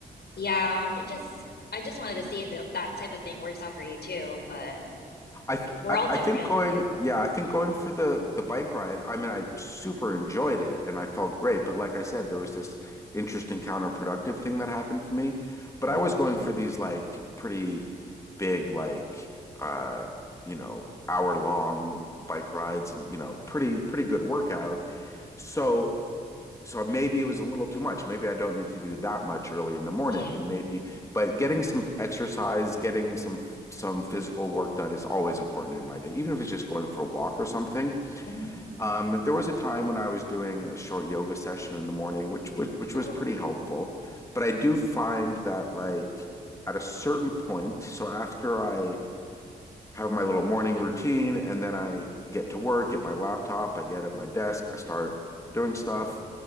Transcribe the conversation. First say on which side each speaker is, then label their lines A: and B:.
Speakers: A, on the left (about 60°); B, on the left (about 15°).
A: Yeah, it just I just wanted to see if it, that type of thing works out for you too, but
B: I, th-
A: like, we're
B: I
A: all different.
B: I think going
A: Yeah.
B: yeah I think going for the the bike ride I mean I super enjoyed it and I felt great but like I said there was this interesting counterproductive thing that happened for me but
A: hmm
B: I was going for these like pretty big like uh you know hour long bike rides and you know pretty pretty good workout so so maybe it was a little too much. Maybe I don't need to do that much early in the morning,
A: Yeah.
B: and maybe, but getting some exercise, getting some some physical work done is always important in my day, even if it's just going for a walk or something.
A: hmm
B: Um, there was a time when I was doing a short yoga session in the morning, which was which
A: Oh.
B: was pretty helpful. But
A: hmm
B: I do find that like at a certain point, so after I have my little morning routine, and then I get to work, get my laptop, I get at my desk, I start doing stuff.